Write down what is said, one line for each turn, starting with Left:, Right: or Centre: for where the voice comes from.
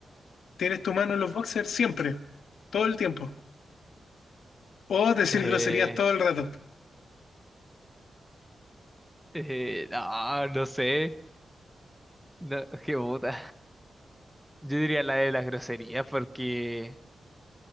Left: Tienes tu mano en los boxers siempre, todo el tiempo. O decir
Centre: Eh,
Left: groserías todo el rato. <laughs>
Centre: eh, no, no sé. No, qué puta. Yo diría la de las groserías porque...